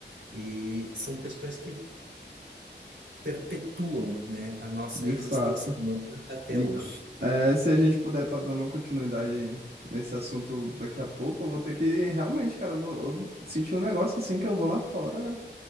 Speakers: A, on the right; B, on the right.
A: E são questões que perpetuam, né, a nossa
B: De
A: existência
B: fato.
A: humana até
B: Inc-
A: hoje.
B: é, se a gente puder estar dando continuidade nesse assunto daqui a pouco, eu vou ter que realmente, cara, eu vou eu senti um negócio assim que eu vou lá fora